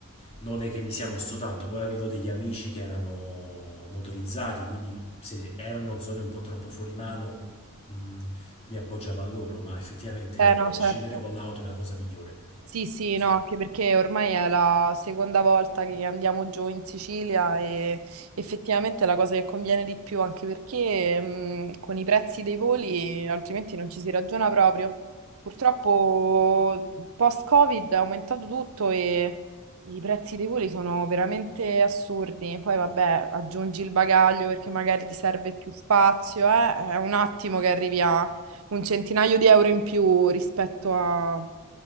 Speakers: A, on the left; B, on the right.
A: non è che mi sia mosso tanto, poi avevo degli amici che erano motorizzati, quindi se erano zone un po' troppo fuori mano, mh, mi appoggiavo a loro, ma effettivamente
B: Eh no, certo.
A: scendere con l'auto è la cosa migliore.
B: Sì, sì,
A: So-
B: no, anche perché ormai è la seconda volta che andiamo giù in Sicilia e effettivamente è la cosa che conviene di più, anche perché mh, con i prezzi dei voli altrimenti non ci si ragiona proprio. Purtroppo post-Covid è aumentato tutto e i prezzi dei voli sono veramente assurdi. Poi vabbè, aggiungi il bagaglio perché magari ti serve più spazio, eh? È un attimo che arrivi a un centinaio di euro in più rispetto a